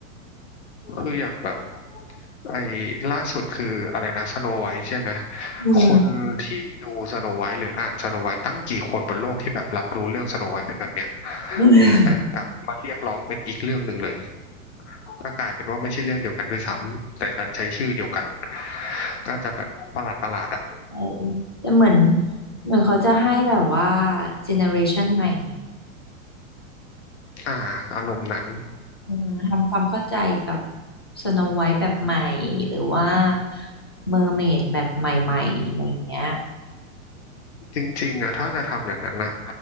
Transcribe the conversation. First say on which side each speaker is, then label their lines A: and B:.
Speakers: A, on the left; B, on the left.
A: คืออย่างแบบไอ้ล่าสุดคืออะไรนะสโนไวท์ใช่ไหม
B: อืม
A: คนที่ดูสโนไวท์หรืออ่านสโนไวท์ตั้งกี่คนบนโลกที่แบบรับรู้เรื่องสโนไวท์เป็นแบบเนี้ย
B: <laughs>
A: แต่กลับมาเรียกร้องเป็นอีกเรื่องหนึ่งเลยก็กลายเป็นว่าไม่ใช่เรื่องเดียวกันด้วยซ้ำแต่ดันใช้ชื่อเดียวกันก็จะแบบประหลาดประหลาดอ่ะ
B: ใช่แต่เหมือนเหมือนเขาจะให้แบบว่าเจเนอเรชันใหม่ไง
A: อ่าอารมณ์นั้น
B: อืมทำความเข้าใจกับสโนไวท์แบบใหม่หรือว่าเมอร์เมดแบบใหม่ๆอะไรอย่างเงี้ย
A: จริงๆอ่ะถ้าจะทำอย่างนั้นอ่ะ